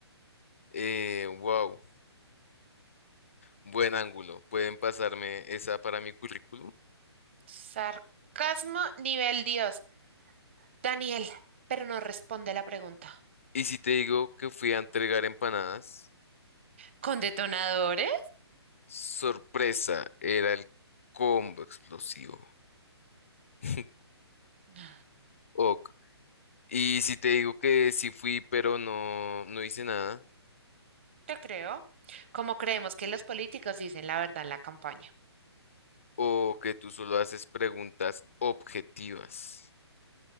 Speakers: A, on the left; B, on the right.
A: Eh, wow, buen ángulo. ¿Pueden pasarme esa para mi currículum?
B: Sarcasmo nivel Dios. Daniel, pero no responde la pregunta.
A: Y si te digo que fui a entregar empanadas.
B: ¿Con detonadores?
A: Sorpresa, era el combo explosivo. <laughs>
B: Yo
A: Ok. Y si te digo que sí fui, pero no, no hice nada,
B: creo. Como creemos que los políticos dicen la verdad en la campaña.
A: o que tú solo haces preguntas objetivas.